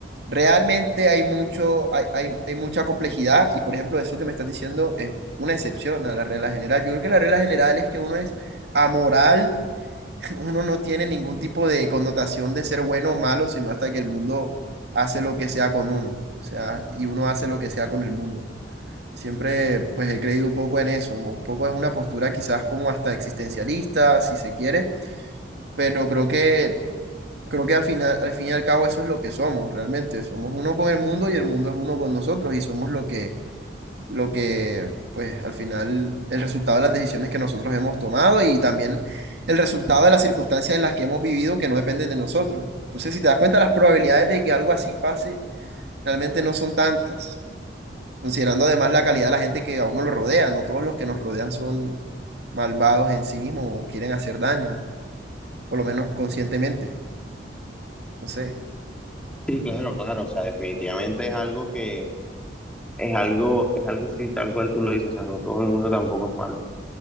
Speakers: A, on the right (about 60°); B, in the centre.
A: realmente hay mucho, hay, hay- hay mucha complejidad y por ejemplo eso que me estás diciendo es una excepción a la regla general. Yo creo que la regla general es que uno es amoral, <laughs> uno no tiene ningún tipo de connotación de ser bueno o malo, sino hasta que el mundo hace lo que sea con uno. O sea, y uno hace lo que sea con el mundo. Siempre pues he creído un poco en eso, un poco es una postura quizás como hasta existencialista, si se quiere, pero creo que creo que al final al fin y al cabo eso es lo que somos realmente, somos uno con el mundo y el mundo es uno con nosotros y somos lo que lo que pues al final el resultado de las decisiones que nosotros hemos tomado y también el resultado de las circunstancias en las que hemos vivido que no dependen de nosotros. Entonces, si te das cuenta, las probabilidades de que algo así pase realmente no son tantas considerando además la calidad de la gente que a uno lo rodea. No todos los que nos rodean son malvados en sí mismos o quieren hacer daño, por lo menos conscientemente. No sé.
B: Sí, claro, claro, o sea, definitivamente es algo que es algo, es algo así, tal cual tú lo dices, o sea, no todo el mundo tampoco es malo.